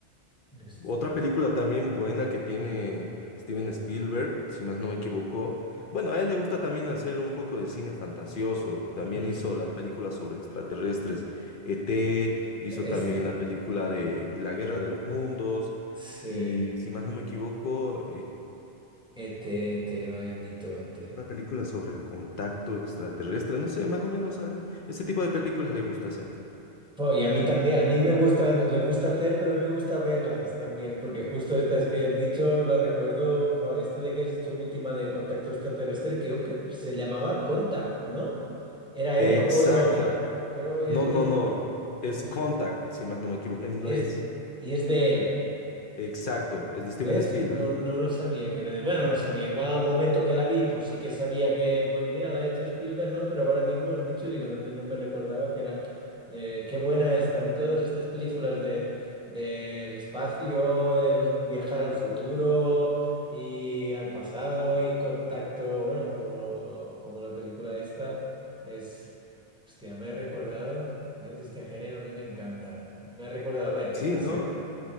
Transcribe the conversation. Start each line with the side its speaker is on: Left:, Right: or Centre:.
Centre: hostia.
Left: Otra película también buena que tiene Steven Spielberg, si más no me equivoco. Bueno, a él le gusta también hacer un poco de cine fantasioso. También
Centre: Ujú.
Left: hizo las películas sobre extraterrestres. ET, hizo
Centre: Esta.
Left: también la película de La Guerra de los Mundos.
Centre: Sí.
Left: Y si más no me equivoco,
Centre: E T ET, ET, vaya mito, E T
Left: Una película sobre el contacto extraterrestre, no sé, más o menos a ese tipo de películas le gusta hacer.
Centre: Jo, y a mí también, a mí me gustan, le gusta hacer, pero a mí me gusta verlas también, porque justo estas que has dicho, la recuerdo, fa, esta de que has dicho última de contacto extraterrestre, creo que se llamaba Contact, ¿no? ¿Era
Left: Exacto.
Centre: él o es otra? Pero es,
Left: No,
Centre: es,
Left: no, no. Es
Centre: es,
Left: Contact, si más no me equivoco, en inglés.
Centre: es- y es de él.
Left: Exacto, es de Steven
Centre: ¿Ves?
Left: Spielberg.
Centre: No, no lo sabía que era de... Bueno, no lo sabía. Igual al momento que la vi, pues sí que sabía que, pues mira, la ha hecho Spielberg, ¿no? Pero ahora mismo has dicho, digo, no, te- no me recordaba que era de... Qué buena esta. A mí todas estas películas de, del espacio, del viajar al futuro y al pasado y contacto, bueno, como, como la película esta, es... Hostia, me he recordado, ¿ves? Este género a mí me encanta. Me he recordado, a ver, que
Left: Sí,
Centre: está
Left: no,
Centre: seguro.